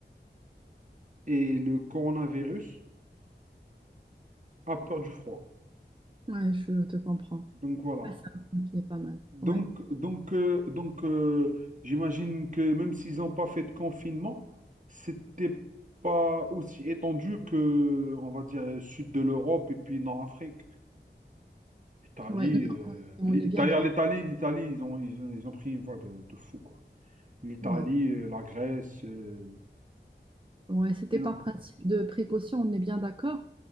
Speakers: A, on the right (about 45°); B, on the right (about 25°).
A: et le coronavirus a peur du froid.
B: Ouais, je te comprends.
A: Donc voilà.
B: Ouais, c'est un point qui est pas mal.
A: Donc,
B: Ouais,
A: donc, euh, donc euh, j'imagine que même s'ils n'ont pas fait de confinement, c'était pas aussi étendu que, on va dire, sud de l'Europe et puis Nord-Afrique. L'Italie,
B: ouais, mais
A: euh,
B: on
A: l'I-
B: on est bien
A: d'ailleurs,
B: d'accord.
A: l'Italie, l'Italie, ils ont, ils ont, ils ont pris une vague euh, de fou, quoi. L'Italie,
B: Ouais.
A: euh, la Grèce, euh,
B: Ouais, c'était
A: énorme.
B: par principe de précaution, on est bien d'accord,